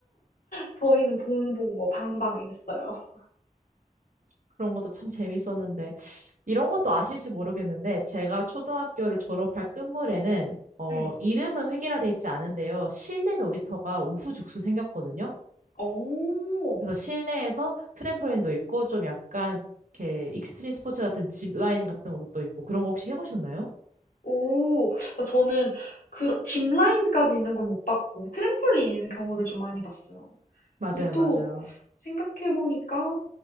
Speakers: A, on the left; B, on the right.
A: 저희는 봉봉 뭐 방방 이랬어요. <laughs>
B: 그런 것도 참 재밌었는데, 이런 것도 아실지 모르겠는데, 제가 초등학교를 졸업할 끝물에는, 어,
A: 네.
B: 이름은 획일화돼 있지 않은데요. 실내 놀이터가 우후죽순 생겼거든요.
A: 오.
B: 그래서 실내에서 트램펄린도 있고, 좀 약간, 이렇게 익스트림 스포츠 같은 짚라인 같은 것도 있고, 그런 거 혹시 해보셨나요?
A: 오. 어 저는 그 짚라인까지 있는 건 못 봤고 트램폴린 있는 경우를 좀 많이 봤어요.
B: 맞아요,
A: 근데 또
B: 맞아요.
A: 생각해 보니까